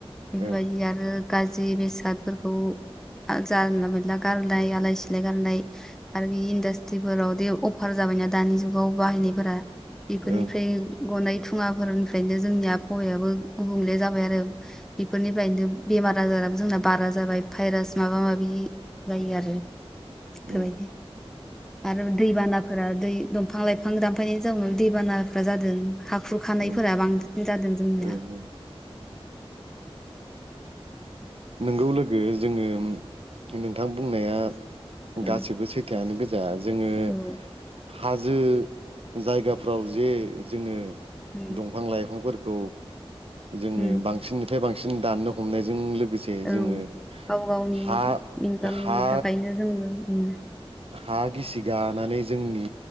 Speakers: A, in the centre; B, on the right.
A: बेफोरबायदि
B: ओं
A: आरो गाज्रि बेसादफोरखौ जानला मेरला गारनाय आलाय सिलाय गारनाय आरो बे इन्डासट्रिफोरावदि अफार जाबाय जाबायना दानि जुगाव बाहायनायफोरा बेफोरनिफ्राय
B: ओं
A: गनाय थुङाफोरनिफ्रायनो जोंनि आबहावायाबो गुबुंले जाबाय आरो बेफोरनिफ्रायनो बेमार आजार बो जोंना बारा जाबाय भाइरास माबा माबि जायो आरो बेफोरदि
B: ओं
A: आरो दैबानाफोरा दै दं बिफां लाइफां दानफायनि जोन दैबानाफ्रा जादों हाखुरखानायफोरा
B: ओं
A: बांसिन जादों जोंनिया
B: ओं ओं नोंगौ लोगो जोङो नोंथां बुंनाया
A: औ
B: गासिबो सैथोयानो गोजा दा जोङो
A: औ
B: हाजो जायगाफ्राव जे जोङो
A: उम
B: दंफां लाइफांफोरखौ जोङो
A: उम
B: बांसिननिफ्राय बांसिन सिन दाननो हमनायजों लोगोसे
A: औ
B: जोङो
A: गाव गावनि
B: हा
A: इनकामनि
B: हा
A: थाखायनो जोङो उम
B: हा गिसि गानानै जोंनि